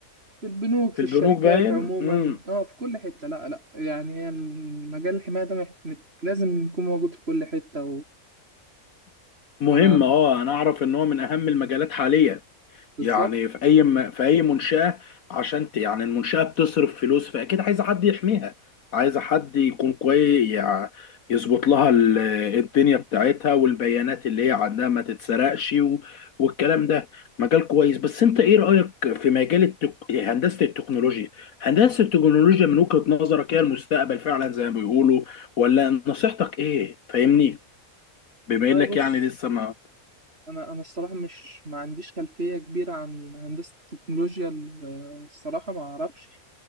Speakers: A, on the right (about 40°); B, on the left (about 70°).
A: في البنوك في
B: في
A: الشركات
B: البنوك باين
A: عموما
B: امم
A: اه في كل حتة لا لا يعني هي المجال الحماية ده مح- مت- لازم يكون موجود في كل حتة
B: مهم
A: وما
B: اه انا اعرف ان هو من اهم المجالات حاليا
A: بالظبط
B: يعني في اي م... في اي منشأة عشان ت... يعني المنشأة بتصرف فلوس فاكيد عايزة حد يحميها عايزة حد يكون كويس يعني يظبط لها ال- الدنيا بتاعتها والبيانات اللي هي عندها ما تتسرقش و... والكلام ده مجال كويس بس انت ايه رأيك في مجال التك... هندسة التكنولوجيا هندسة التكنولوجيا من وجهة نظرك هي المستقبل فعلا زي ما بيقولوا ولا نصيحتك ايه فاهمني بما
A: والله
B: انك
A: بص
B: يعني لسه ما
A: انا انا الصراحة مش ما عنديش خلفية كبيرة عن هندسة التكنولوجيا ال- الصراحة ما اعرفش